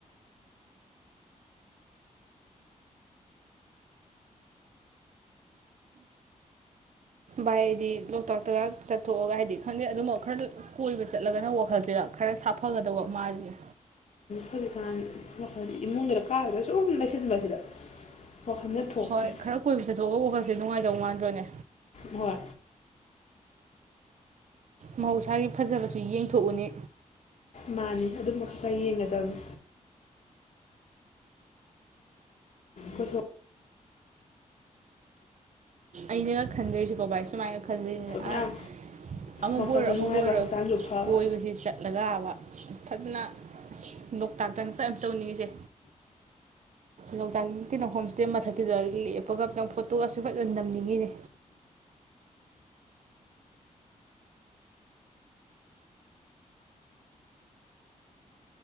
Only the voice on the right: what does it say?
ꯚꯥꯏ ꯑꯩꯗꯤ ꯂꯣꯛꯇꯥꯛꯇꯒ ꯆꯠꯊꯣꯛꯑꯒ ꯍꯥꯏꯗꯤ ꯈꯪꯗꯦ ꯑꯗꯨꯃꯛ ꯈꯔ ꯀꯣꯏꯕ ꯆꯠꯂꯒꯅ ꯋꯥꯈꯜꯁꯤꯒ ꯈꯔ ꯁꯥꯐꯒꯗꯧꯕ ꯃꯥꯜꯂꯤ
ꯍꯣꯏ ꯈꯔ ꯀꯣꯏꯕ ꯆꯠꯊꯣꯛꯑꯒ ꯋꯥꯈꯟꯁꯤ ꯅꯨꯡꯉꯥꯏꯗꯧ ꯃꯥꯟꯗ꯭ꯔꯣꯅꯦ
ꯃꯍꯧꯁꯥꯒꯤ ꯐꯖꯕꯁꯨ ꯌꯦꯡꯊꯣꯛꯎꯅꯤ
ꯑꯩꯅ ꯒꯥ ꯈꯟꯖꯔꯤꯁꯦ ꯚꯥꯏ ꯁꯨꯃꯥꯏꯅ ꯈꯟꯖꯩꯅꯦ
ꯑꯁ ꯑꯃꯕꯨ
ꯑꯣꯏꯔꯣ ꯑꯃꯕꯨ
ꯑꯣꯏꯔꯣ
ꯀꯣꯏꯕꯁꯤ ꯆꯠꯂꯒꯕ ꯐꯖꯅ ꯑꯁ ꯂꯣꯛꯇꯥꯛꯇꯅ ꯀ ꯇꯧꯅꯤꯡꯉꯤꯁꯦ ꯂꯣꯛꯇꯥꯛꯀꯤ ꯀꯩꯅꯣꯐꯝꯁ ꯃꯊꯛꯇꯨꯗꯒꯤ ꯂꯦꯞꯄꯒ ꯐꯣꯇꯣꯒꯁꯨ ꯐꯖꯅ ꯅꯝ ꯅꯝꯅꯤꯡꯉꯤꯅꯦ